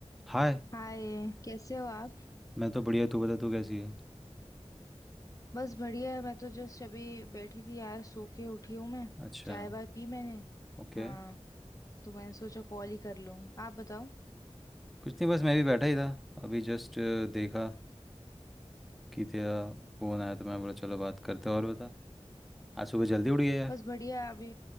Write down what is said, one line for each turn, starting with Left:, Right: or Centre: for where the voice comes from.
Centre: हाय
Left: हाय कैसे हो आप
Centre: मैं तो बढ़िया तू बता तू कैसी है
Left: बस बढ़िया है मैं तो जस्ट अभी बैठी थी यार सो के उठी हूँ मैं
Centre: अच्छा
Left: चाय वाय पी मैंने
Centre: ओके
Left: हाँ तो मैंने सोचा कॉल ही कर लूँ आप बताओ
Centre: कुछ नहीं बस मैं भी बैठा ही था अभी जस्ट देखा कि तेरा फ़ोन आया तो मैं बोला चलो बात करते हैं। और बता आज सुबह जल्दी उठ गया यार
Left: बस बढ़िया है अभी